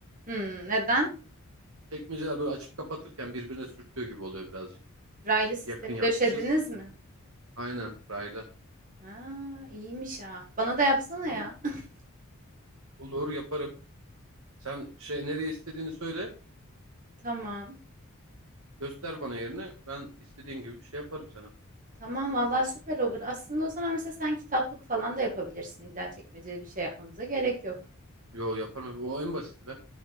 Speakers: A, on the right; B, on the right.
A: Hmm, neden?
B: Çekmeceler böyle açıp kapatırken birbirine sürtüyor gibi oluyor birazcık.
A: Raylı sistemi
B: Yakın yapmışız.
A: döşediniz mi?
B: Aynen raylı.
A: Aa, iyiymiş ha. Bana da yapsana
B: Ama
A: ya. <laughs>
B: olur yaparım. Sen şey nereye istediğini söyle.
A: Tamam.
B: Göster bana yerini. Ben istediğin gibi bir şey yaparım sana.
A: Tamam vallahi süper olur. Aslında o zaman mesela sen kitaplık falan da yapabilirsin. İlla çekmeceli bir şey yapmamıza gerek yok.
B: Yo yaparım. O en basiti be.